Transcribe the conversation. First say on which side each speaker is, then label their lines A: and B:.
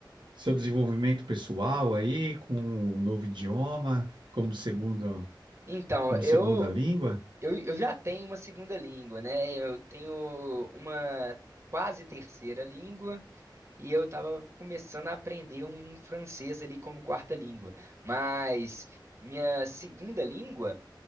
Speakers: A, on the right; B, on the right.
A: seu desenvolvimento pessoal aí, com o novo idioma, como segundo,
B: Então,
A: como
B: eu,
A: segunda língua?
B: eu, eu já tenho uma segunda língua, né? Eu tenho uma quase terceira língua e eu tava começando a aprender um francês ali como quarta língua. Mas minha segunda língua.